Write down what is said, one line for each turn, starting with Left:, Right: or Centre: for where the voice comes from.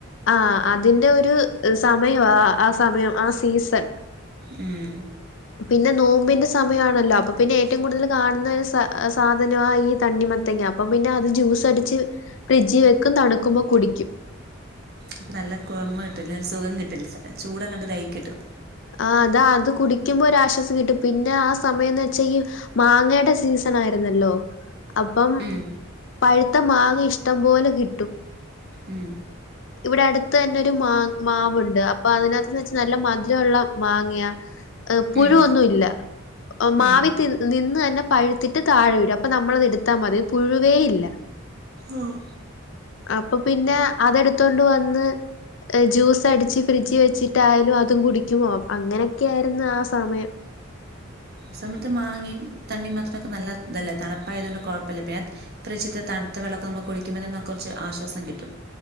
Left: ആഹ് അതിന്റെ ഒരു സമയവാ ആ സമയം ആ സീസൺ
Right: ഉം
Left: പിന്നെ നോമ്പിന്റെ സമയാണല്ലോ. അപ്പൊ പിന്നെ ഏറ്റവും കൂടുതല് കാണുന്ന ഒരു സ സാധനാ ഈ തണ്ണിമത്തങ്ങ. അപ്പം പിന്നെ അത് ജ്യൂസ് അടിച്ച് ഫ്രിഡ്ജിൽ വെക്കും. തണുക്കുമ്പൊകുടിക്കും.
Right: അപ്പ നല്ല കുഴമ കിട്ടില്ലെ. സുഖം കിട്ടില്ല ചൂടങ്ങട്ട് ഇതായ് കിട്ടും.
Left: ആ അതാ അത് കുടിക്കുമ്പൊ ഒരാശ്വാസം കിട്ടും. പിന്നെ ആ സമയന്ന് വെച്ചാ ഈ മാങ്ങയുടെ സീസണായിരുന്നല്ലോ അപ്പം.
Right: ഉം
Left: പഴുത്ത മാങ്ങ ഇഷ്ടം പോലെ കിട്ടും.
Right: ഉം
Left: ഇവിടെ അടുത്ത് തന്നെ ഒരു മാ മാവുണ്ട്. അപ്പൊ അതിനകത്ത് വെച്ച് നല്ല മധുര ഉള്ള മാങ്ങയാ. പുഴു
Right: ഉം
Left: ഒന്നു ഇല്ല. മാവി
Right: ഉം
Left: തി നിന്ന്അന്നെ പഴുത്തിട്ട് താഴെ വരും. അപ്പൊ നമ്മളത് ഇടുത്താ മതി. പുഴുവേ ഇല്ല.
Right: ആഹ്
Left: അപ്പം പിന്നെ അതെടുത്തോണ്ട് വന്ന്. ജൂസ്സടിച്ച് ഫ്രിഡ്ജ് വെച്ചിട്ടായാലും അതും കുടിക്കും. അങ്ങനെയൊക്കെയായിരുന്നു ആ സമയം.
Right: സമയത്ത് മാങ്ങയും തണ്ണിമത്തനൊക്കെ നല്ല ഇതല്ലെ. തണുപ്പായത് കൊണ്ട് കൊഴപ്പല്ല പിന്നെ. ഫ്രിജ്ത്തെ തണുത്ത വെള്ളൊക്കെ നമ്മുക്ക് കുടിക്കുമ്പതന്നെ കൊറച്ച് ആശ്വാസം കിട്ടും.